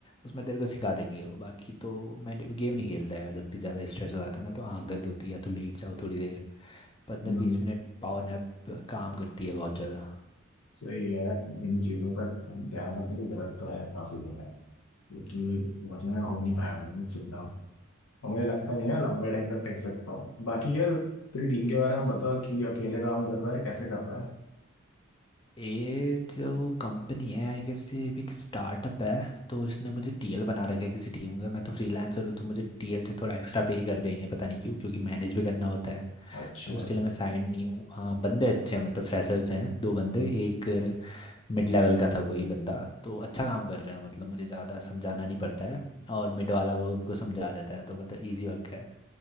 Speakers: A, on the left; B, on the left.
A: उसमें तेरे को सिखा देंगे वो बाकी तो मैं गेम नहीं खेलता यार जब भी ज़्यादा स्ट्रेस हो जाता है ना तो आंख दर्द होती है या तो लेट जाओ थोड़ी देर पंद्रह
B: हम्म,
A: बीस मिनट पावर नैप काम करती है बहुत ज़्यादा
B: सही है यार इन्हीं चीज़ों पर ध्यान रखने की जरूरत तो है काफी ज्यादा है क्योंकि वरना हो नहीं पाएगा मुझसे भी काम और मुझे लगता नहीं है लंबे टाइम तक टेक सकता हूँ बाकी यार तेरी टीम के बारे में बताओ कि अकेले काम कर रहा है कैसे कर रहा है
A: ये जो कंपनी है आई गेस ये भी एक स्टार्टअप है तो इसने मुझे टीएल बना रखा है किसी टीम का मैं तो फ्रीलांसर हूँ तो मुझे टीएल से थोड़ा एक्स्ट्रा पे ही कर रहे हैं पता नहीं क्यों क्योंकि मैनेज भी करना होता है
B: अच्छा
A: तो उसके लिए मैं साइन नहीं हूँ हाँ बंदे अच्छे हैं मतलब फ्रेशर्स हैं दो बंदे एक मिड लेवल का था कोई बंदा तो अच्छा काम कर रहे हैं मतलब मुझे ज़्यादा समझाना नहीं पड़ता है और मिड वाला वो उनको समझा देता है तो मतलब ईजी वर्क है